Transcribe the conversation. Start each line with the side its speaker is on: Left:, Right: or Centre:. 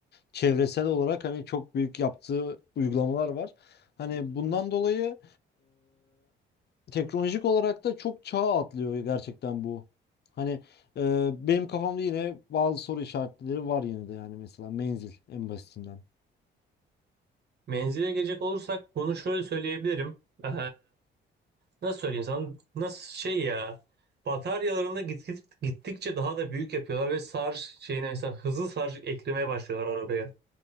Left: çevresel olarak hani çok büyük yaptığı uygulamalar var. Hani bundan dolayı e, teknolojik olarak da çok çağ atlıyor gerçekten bu. Hani e, benim kafamda yine bazı soru işaretleri var yine de yani mesela menzil en basitinden.
Right: Menzile gelecek olursak bunu şöyle söyleyebilirim. Ee, nasıl söyleyeyim sana? Nasıl şey ya? Bataryalarını git, git- gittikçe daha da büyük yapıyorlar ve şarj şeyine mesela hızlı şarj eklemeye başlıyorlar arabaya.